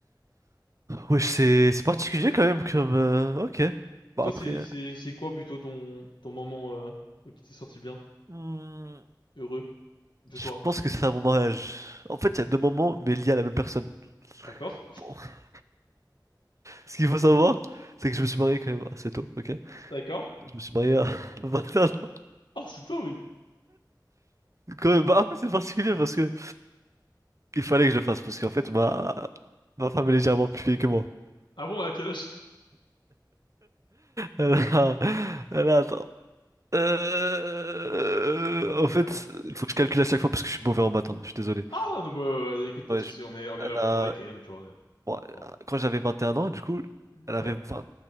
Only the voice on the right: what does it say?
Wesh, c'est c'est particulier quand même comme... euh, Ok. Bah
après...
euh,
hmm,
je
pense que c'est à mon mariage. En fait, il y a deux moments, mais liés à la même personne.
Bon. <laughs> Ce qu'il faut savoir, c'est que je me suis marié quand même assez tôt, ok?
Je me suis marié à <laughs> 21 ans.
Quand même, bah après, c'est particulier parce que... Il fallait que je le fasse, parce qu'en fait, ma... ma femme est légèrement plus vieille que moi.
Alors, alors, attends. Euh, En fait,
il faut que je calcule à chaque fois parce que je suis mauvais en matin, je suis désolé.
Ouais,
je-
elle
a-
bon,
quand j'avais 21 ans, du coup, elle
avait vingt